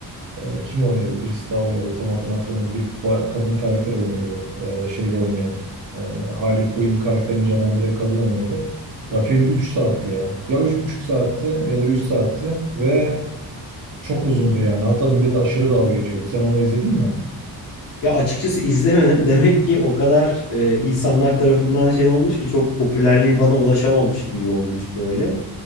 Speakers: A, on the right; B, on the left.
A: e, kim oynuyordu? Birisi daha oynuyordu. Tam hatırını hatırlamıyorum. Bir ba- kadın karakter oynuyordu. E, şeyde oynayan. E, Harley Quinn karakterini canlandıran kadın oynuyordu. Ya film 3 saatti ya. Ya üç buçuk saatti ya da 3 saatti ve çok uzundu yani. Hatta millet aşırı dalga geçiyordu. Sen onu izledin mi?
B: Ya açıkçası izlemedim <laughs> demek ki o kadar e, insanlar tarafından şey olmuş ki çok popülerliği bana ulaşamamış gibi olmuş böyle.